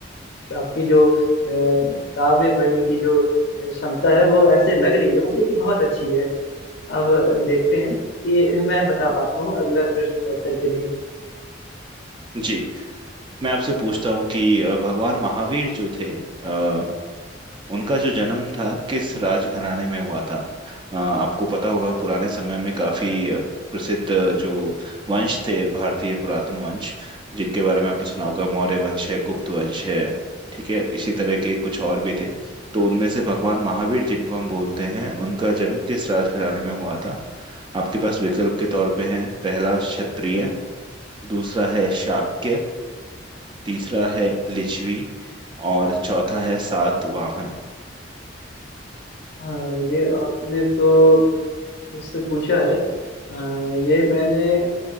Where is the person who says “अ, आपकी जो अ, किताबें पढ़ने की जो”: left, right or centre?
Left